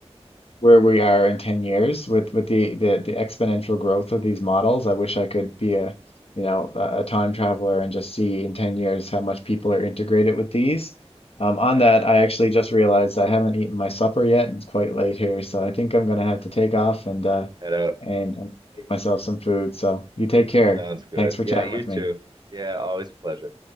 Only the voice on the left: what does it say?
where we are in 10 years with with the the, the exponential growth of these models. I wish I could be a you know a a time traveler and just see in 10 years how much people are integrated with these. Um,
on that, I actually just realized I haven't eaten my supper yet, and it's quite late here, so I think I'm gonna have to take off and uh,
and, and make myself some food. So you take care.
Thanks for
chatting
with me.